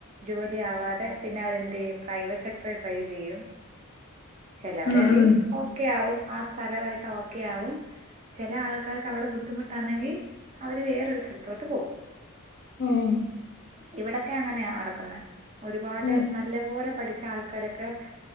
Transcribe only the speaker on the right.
ജോലിയവാതെ പിന്നെ അവരെന്ത് ചെയ്യും പ്രൈവറ്റ് സെക്ടറിൽ ട്രൈ ചെയ്യും ചിലവരതി
ഓ ഓക്കെ ആവും ആ സ്ഥലമായിട്ട് ഓക്കെ ആവും ചില ആൾക്കാർക്ക് അവിടെ ബുദ്ധിമുട്ടാണെങ്കിൽ അവര് വേറൊരു സ്ഥലത്തോട്ട് പോകവും
ഇവിടൊക്കെ അങ്ങനെയാ നടക്കുന്നത് ഒരുപാട്
നല്ല പോലെ പഠിച്ച ആൾക്കാരൊക്കെ